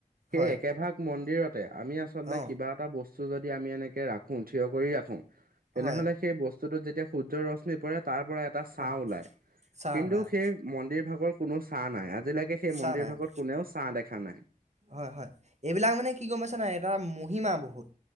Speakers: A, on the right (about 80°); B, on the right (about 50°).
A: সেই
B: হয়
A: একেভাগ মন্দিৰতে আমি আচলতে
B: অ
A: কিবা এটা বস্তু যদি আমি এনেকে ৰাখো থিয় কৰি ৰাখো তেনেহলে
B: হয়
A: সেই ব স্তুটোত যেতিয়া সূৰ্যৰ ৰশ্মি পৰে তাৰ পৰা এটা ছাঁহ
B: হয়
A: ওলাই
B: চাহ
A: কিন্তু
B: ওলাই অ
A: সেই মন্দিৰ ভাগৰ কোনো ছাঁ নাই আজিলৈকে সেই
B: চাহ
A: মন্দিৰ
B: নাই
A: ভাগত
B: অ।
A: কোনেও ছাঁ দেখা নাই।
B: হয় হয় এইবিলাক মানে কি গম পাইছা নাই এটা মহিমা বহুত